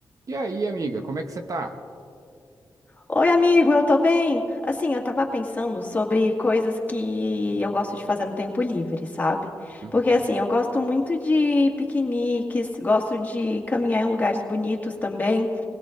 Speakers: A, on the right (about 55°); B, on the left (about 25°).
A: E aí, amiga, como é que você tá?
B: Oi, amigo, eu tô bem. Assim, eu tava pensando sobre coisas que eu gosto de fazer no tempo livre, sabe?
A: Uhum,
B: Porque assim, eu gosto muito de piqueniques, gosto de caminhar em lugares bonitos também.